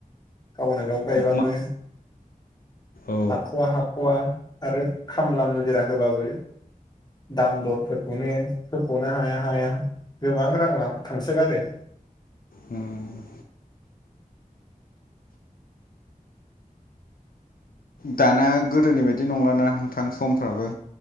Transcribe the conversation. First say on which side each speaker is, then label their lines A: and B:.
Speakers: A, on the left (about 30°); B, on the left (about 80°).
A: गावनो गाव गायबाबो
B: मा औ
A: हाखवा हाखवा। आरो खामला मुजिरा होबाबो दाम दरफोरखौनो होख'नो हाया-हाया। गोबां रां ला थांसोगारो।
B: ओम। दाना गोदोनि बायदि नंलाना थां समफ्राबो